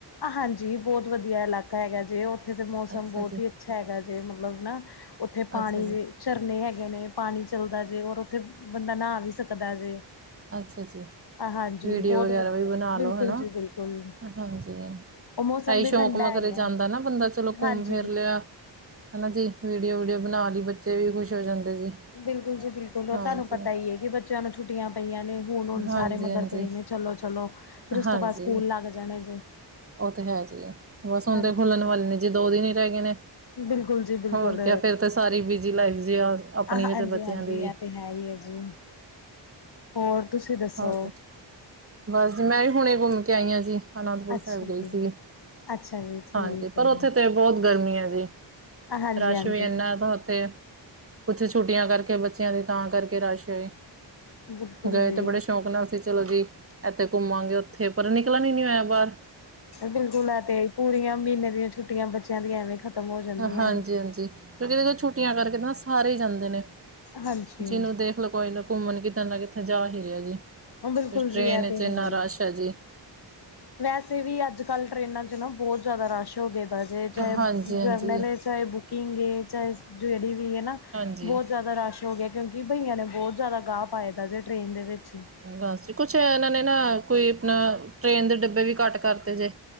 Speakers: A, on the left; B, on the right.
A: ਹਾਂਜੀ, ਬਹੁਤ ਵਧੀਆ ਇਲਾਕਾ ਹੈਗਾ ਜੇ, ਉੱਥੇ ਤਾਂ ਮੌਸਮ
B: ਅੱਛਾ
A: ਬੌਤ
B: ਜੀ,
A: ਹੀ ਅੱਛਾ ਹੈਗਾ ਜੇ, ਮਤਲਬ ਨਾ ਉੱਥੇ
B: ਅੱਛਾ
A: ਪਾਣੀ
B: ਜੀ,
A: ਦੇ ਝਰਨੇ ਹੈਗੇ ਨੇ, ਪਾਣੀ ਚੱਲਦਾ ਜੇ, ਔਰ ਉੱਥੇ ਬੰਦਾ ਨਹਾ ਵੀ ਸਕਦਾ ਜੇ।
B: ਅੱਛਾ ਜੀ।
A: ਹਾਂਜੀ,
B: ਵੀਡੀਓ
A: ਬਹੁਤ
B: ਵਗੈਰਾ
A: ਵਧੀਆ
B: ਵੀ ਬਣਾ ਲੋ
A: ਬਿਲਕੁਲ
B: ਹਨਾ,
A: ਜੀ ਬਿਲਕੁਲ।
B: ਹਾਂਜੀ,
A: ਉਹ ਮੌਸਮ
B: ਇਹੀ
A: ਵੀ
B: ਸ਼ੌਕ
A: ਠੰਡਾ
B: ਮਗਰੇ
A: ਹੈਗਾ
B: ਜਾਂਦਾ ਨਾ ਬੰਦਾ ਚਲੋ ਘੁੰਮ
A: ਹਾਂਜੀ
B: ਫਿਰ ਲਿਆ। ਹਨਾ ਜੀ, ਵੀਡੀਓ-ਵੂਡਿਓ ਬਣਾ ਲਈ ਬੱਚੇ ਵੀ ਖੁਸ਼ ਹੋ ਜਾਂਦੇ ਜੀ।
A: ਬਿਲਕੁਲ ਜੀ ਬਿਲਕੁਲ, ਉਹ
B: ਹਾਂਜੀ,
A: ਤਾਨੂੰ ਪਤਾ ਈ ਏ ਕਿ ਬੱਚਿਆਂ ਨੂੰ ਛੁੱਟੀਆਂ ਪਈਆਂ ਨੇ, ਹੁਣ-ਹੁਣ
B: ਹਾਂਜੀ
A: ਸਾਰੇ ਮਗਰ
B: ਹਾਂਜੀ,
A: ਪਏ ਨੇ, ਚਲੋ-ਚਲੋ ਫਿਰ ਉਸ
B: ਹਾਂਜੀ।
A: ਤੋਂ ਬਾਅਦ ਸਕੂਲ ਲੱਗ ਜਾਣੇ ਜੇ।
B: ਉਹ ਤੇ ਹੈ ਜੀ, ਬਸ ਹੁਣ
A: ਹਾਂਜੀ
B: ਤੇ ਖੁੱਲਣ ਵਾਲੇ ਨੇ ਜੀ, ਦੋ ਦਿਨ ਹੀ ਰਹਿ ਗਏ ਨੇ।
A: ਬਿਲਕੁਲ ਜੀ ਬਿਲਕੁਲ
B: ਹੋਰ ਕੀ ਆ ਫੇਰ ਤੇ ਸਾਰੀ ਬਿਜੀ ਲਾਈਫ ਜੇਆ ਆਪਨੀ
A: ਹਾਂਜੀ-ਹਾਂਜੀ
B: ਵੀ ਤੇ ਬੱਚਿਆ ਦੀ ਵੀ।
A: ਇਹ ਤੇ ਹੈਈ ਐ ਜੀ। ਹੋਰ ਤੁਸੀਂ ਦੱਸੋ?
B: <unintelligible> ਵੱਸ ਜੀ ਮੈਂ ਵੀ ਹੁਣੇ ਘੁੰਮ ਕੇ ਆਈਂ ਆਂ ਜੀ। ਆਨੰਦਪੁਰ
A: ਅੱਛਾ
B: ਸੈਬ ਗਈ
A: ਜੀ
B: ਸੀਗੀ,
A: ਅੱਛਾ ਜੀ ਠੀਕ
B: ਹਾਂਜੀ, ਪਰ
A: ਹੈ
B: ਓਥੇ
A: ਜੀ
B: ਤੇ ਬੋਤ ਗਰਮੀ ਐ ਜੀ।
A: ਹਾਂਜੀ-ਹਾਂਜੀ
B: ਰੱਸ ਵੀ ਏਨਾਂ ਤਾ ਓੱਥੇ। ਕੁਛ ਛੁੱਟੀਆਂ ਕਾਰਕੇ ਬੱਚਿਆ ਦੀ ਤਾ ਕਾਰਕੇ ਰੱਸ ਵੀ,
A: ਬਿਲਕੁਲ
B: ਗਏ
A: ਜੀ
B: ਤੇ ਬੜੇ <unintelligible> ਚਲੋ ਜੀ ਐੱਥੇ ਘੁੰਮਾਂਗੇ-ਓੱਥੇ, ਪਰ ਨਿਕਲਨ ਈ ਨੀ ਹੋਯਾ ਬਾਰ
A: ਬਿਲਕੁਲ, ਐ ਤੇ ਪੂਰੀਆਂ ਮੀਨੇ ਦੀਆਂ ਛੁੱਟੀਆਂ ਬੱਚਿਆ ਦੀਆ ਐਵੇਂ ਖਤਮ ਹੋ ਜਾਂਦੀਆ
B: ਹਾਂਜੀ
A: ਨੇ।
B: <unintelligible> ਛੁੱਟੀਆਂ ਕਰਕੇ ਨਾ ਸਾਰੇ ਈ ਜਾਂਦੇ ਨੇ,
A: ਹਾਂਜੀ
B: ਜਿਨੂੰ ਦੇਖ ਮਤਲਬ ਕੋਈ ਨਾ ਕੁੰਮਨ ਕਿਤੇ ਨਾ ਕਿੱਥੇ ਜਾ ਹੀ ਰੇਆ ਜੀ।
A: ਓ ਬਿਲਕੁਲ
B: ਟ੍ਰੇਨ
A: ਜੀ, ਐ
B: ਚ
A: ਤੇ
B: ਇੰਨਾ
A: ਹੈਈ।
B: ਰਸ਼ ਹੈ ਜੀ
A: ਵੈਸੇ ਵੀ ਅੱਜ-ਕੱਲ ਟਰੇਨਾਂ ਚ ਨਾ ਬੋਤ ਜਾਦਾ ਰੱਸ <unintelligible> ਚਾਏ
B: ਹਾਂਜੀ ਹਾਂਜੀ
A: ਜਰਨਲ ਏ, ਚਾਏ ਬੁਕਿੰਗ ਏ, ਚਾਏ ਜੇੜੀ ਵੀ ਏ ਨਾ
B: ਹਾਂਜੀ
A: ਬੋਤ ਜਾਦਾ ਰੱਸ਼ ਹੋ ਗਿਆ। ਕਿਓਕਿ ਬਈਯਾਂ ਨੇ ਬੋਤ ਜਾਦਾ ਗਾ ਪਾਯਾ ਦਾ ਜੇ ਟ੍ਰੇਨ ਦੇ ਵਿੱਚ।
B: ਬੱਸ ਜੀ ਕੁਛ ਐਨਾ ਨੇ ਨਾ, ਕੋਈ ਅਪਨਾ ਟ੍ਰੇਨ ਦੇ ਡੱਬੇ ਵੀ ਘੱਟ ਕੱਰਤੇ ਜੇ।